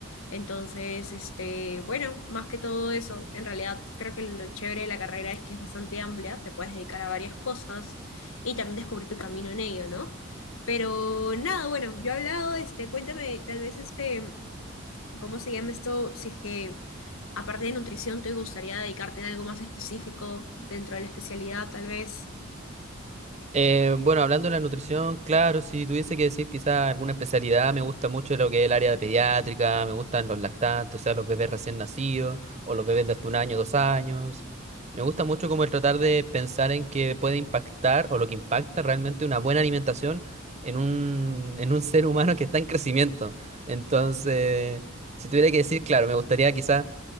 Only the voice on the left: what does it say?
Entonces, este, bueno, más que todo eso, en realidad creo que lo chévere de la carrera es que es bastante amplia, te puedes dedicar a varias cosas y también descubrir tu camino en ello, ¿no? Pero nada, bueno, yo he hablado, este, cuéntame tal vez este, ¿cómo se llama esto? Si es que aparte de nutrición te gustaría dedicarte en algo más específico dentro de la especialidad, tal vez.